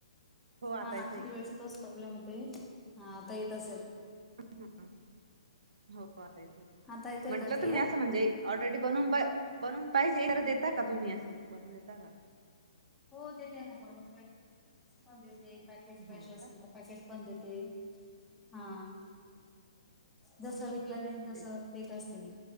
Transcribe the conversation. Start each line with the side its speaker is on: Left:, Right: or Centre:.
Right: हो
Centre: हा
Right: आता
Centre: ना
Right: येतोय
Centre: किती वेळचा तोच प्रॉब्लेम होतोय. हा आता येत असेल.
Right: ह ह, हो आता येतय,
Centre: आता येतोय
Right: म्हंटलं
Centre: का क्लिअर?
Right: तुम्ही असं म्हणजे ऑलरेडी बनून पा बनून पाहिजे तर देता का तुम्ही असं बनवून देता का?
Centre: हो देते ना बनवून <unintelligible> पण देते पॅकेट पाहिजे
Right: हो
Centre: असेल
Right: का
Centre: तर पॅकेट पण देते. हा जस विकला
Right: हा
Centre: जाईन तस,
Right: तेच
Centre: देत असते मी